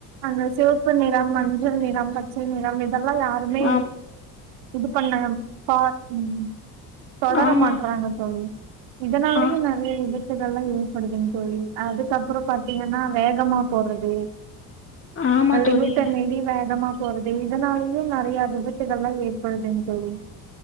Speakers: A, on the right; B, on the left.
A: அங்க சிவப்பு நிறம் மஞ்சள் நிறம் பச்சை நிறம் இதெல்லா யாருமே
B: ஆம்
A: இது பண்ண பா ம் தொடர
B: ஆமா
A: மாட்டறாங்க தோழி இதனாலயு
B: ஆ
A: நெறைய இது விபத்துகள்லா ஏற்படுதுங்க தோழி அதுக்கப்புறோ பாத்தீங்கன்னா வேகமா போறது
B: ஆமா
A: ஆ லிமிட்ட
B: தோழி
A: மீறி வேகமா போறது இதனாலயு நெறைய விபத்துகள்லா ஏற் படுதுங் தோழி